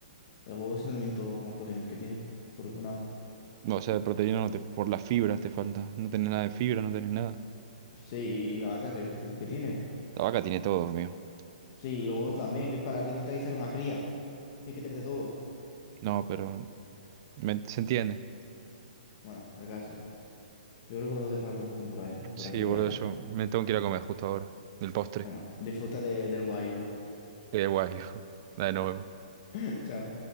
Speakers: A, on the left; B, on the right.
A: El huevo es el alimento con más proteínas que tiene, por gramo.
B: No, o sea, de proteína no te, por las fibras te falta. No tenés nada de fibra, no tenés nada.
A: Sí, y la vaca que, que- que tiene.
B: La vaca tiene todo, amigo.
A: Sí, y los huevos también, que es para literalmente ahí sale una cría. Tiene que tener de todo.
B: No, pero me- se entiende.
A: Bueno, el caso. Yo creo que podemos dejar la conversación por ahí, eh, por
B: Sí,
A: aquí
B: boludo,
A: ya, ¿eh?
B: yo me tengo que ir a comer justo ahora. Del postre.
A: Venga, disfruta de- del guayu.
B: Eh, guay, <laughs> hijo. Dale, nos vemos.
A: <laughs> Chao.